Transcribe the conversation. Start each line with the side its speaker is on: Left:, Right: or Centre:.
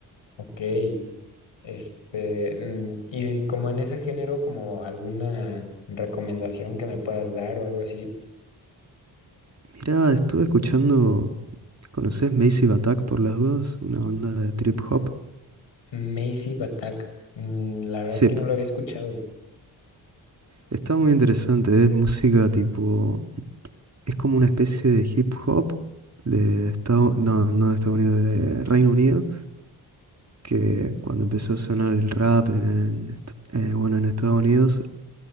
Left: ok. Este, mm, y como en ese género, como alguna recomendación que me puedas dar o algo así.
Right: Mirá, estuve escuchando, ¿conoces Massive Attack por las dudas? Una banda de trip hop.
Left: Massive Attack, mm, la verdad
Right: Sí,
Left: es que no lo había escuchado.
Right: está muy interesante, es música tipo, es como una especie de hip hop de Estados, no, no de Estados Unidos, de Reino Unido, que cuando empezó a sonar el rap en, est- eh, bueno, en Estados Unidos,